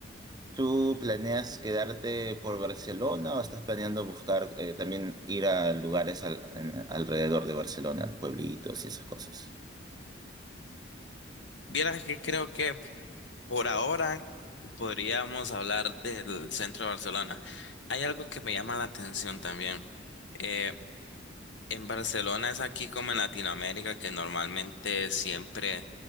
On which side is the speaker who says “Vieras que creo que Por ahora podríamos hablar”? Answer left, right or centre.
Left